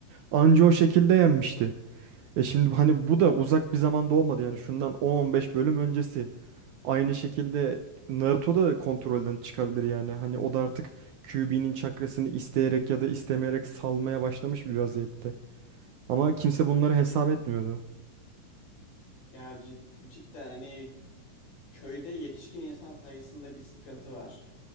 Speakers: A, on the right (about 70°); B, on the left (about 65°).
A: Anca o şekilde yenmişti. E şimdi hani bu da uzak bir zamanda olmadı yani şundan 10-15 bölüm öncesi. Aynı şekilde Naruto da kontrolden çıkabilir yani. Hani o da artık Kyuubi'nin çakrasını isteyerek ya da istemeyerek salmaya başlamış bir vaziyette. Ama kimse bunları hesap etmiyordu.
B: Ya cid- cidden hani köyde yetişkin insan sayısında bir sıkıntı var.